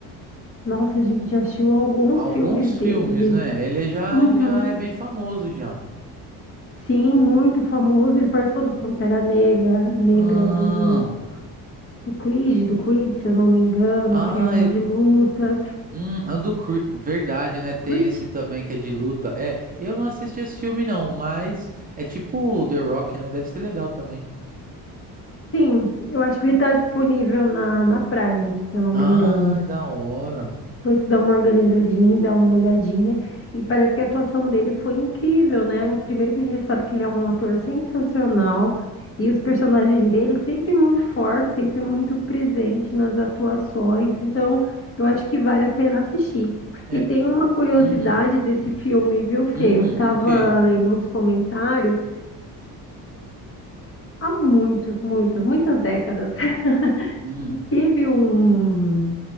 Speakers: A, on the left; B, on the right.
A: Nossa, a gente já assistiu alguns
B: Alguns
A: filmes
B: filmes,
A: dele.
B: né? Ele já,
A: Uhum.
B: ele já é bem famoso já.
A: Sim, muito famoso. Ele participou do Pantera Negra, Negra
B: Ah,
A: do, do Creed, do Creed, se eu não me engano,
B: ah,
A: que é um
B: eu,
A: de lutas.
B: hum, é o do Creed, verdade, né? Tem
A: Creed?
B: esse também que é de luta. É, eu não assisti esse filme não, mas é tipo The Rock, né? Deve ser legal também.
A: Sim, eu acho que ele está disponível na, na Prime, se eu não
B: Ah,
A: me engano.
B: da hora.
A: Depois você dá uma organizadinha, dá uma olhadinha. E parece que a atuação dele foi incrível, né? Primeiro que a gente já sabe que ele é um ator sensacional. E os personagens dele sempre muito fortes, sempre muito presente nas atuações. Então, eu acho que vale a pena assistir.
B: É,
A: E tem uma curiosidade
B: hum,
A: desse filme, viu, Fê?
B: hum,
A: Eu tava
B: o quê?
A: lendo uns comentários há muitos, muitas, muitas décadas. <laughs>
B: Hum,
A: Teve um,